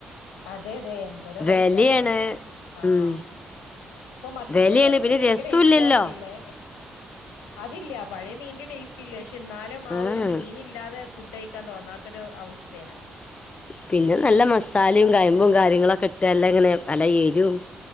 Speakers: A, on the left; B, on the left.
A: അതെ അതെ എന്തൊരു റൈറ്റ്
B: വെലയാണ്
A: അതെയോ ആഹ
B: ഉം
A: ഇപ്പൊ മത്തിക്കൊക്കെ
B: വെലയാണ്
A: ഒരു
B: പിന്നെ
A: പ്രത്യേക
B: രസൂല്ലല്ലോ
A: രജിച്ചറിണലേ അതില്ല പഴയ മീന്റെ ടേസ്റ്റ് ഇല്ല പക്ഷെ എന്നാലും ആ
B: ആഹ്
A: ഒരു മീന് ഇല്ലാതെ ഫുഡ് കഴിക്കാൻ തോന്നാത്തൊ ഒരു അവസ്ഥയാണ്
B: പിന്നെ നല്ല മസാലയും കയമ്പും കാര്യങ്ങളൊക്കെ ഇട്ട്ല്ലാം ഇങ്ങനെ പല ഏരും